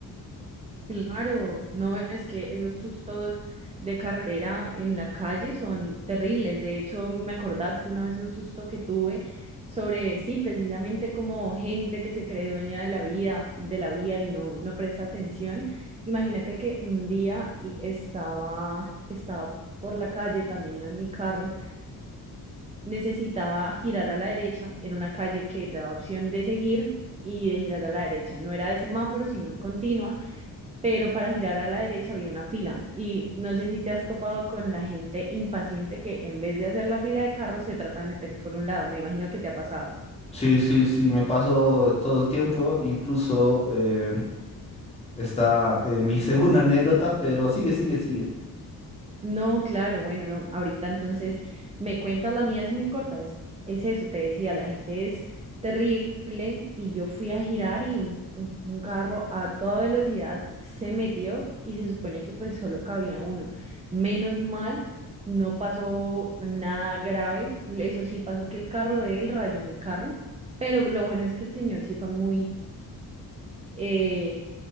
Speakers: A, on the right; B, on the left.
A: Claro, no es que esos sustos de carretera en la calle son terribles. De hecho, me acordaste una vez un susto que tuve sobre, sí, precisamente como gente que se cree dueña de la vida, de la vía y no, no presta atención. Imagínate que un día y estaba, estaba por la calle, también iba en mi carro, necesitaba girar a la derecha, era una calle que te da opción de seguir y de girar a la derecha. No era de semáforo, sino en continua pero para girar a la derecha había una fila y no sé si te has topado con la gente impaciente que en vez de hacer la fila de carros se trata de meter por un lado, me imagino que te ha pasado.
B: Sí, sí, sí, me pasó todo el tiempo, incluso eh, está eh, mi <laughs> segunda anécdota, pero sigue, sigue, sigue.
A: No, claro, bueno, no, ahorita entonces me cuentas, la mía es muy corta, es, es eso, te decía, la gente es terrible y yo fui a girar y un, un carro a toda velocidad se metió y se supone que pues solo cabía uno. Menos mal, no pasó nada grave, eso sí pasó que el carro de él rayó mi carro, pero lo bueno es que el señor sí fue muy... eh,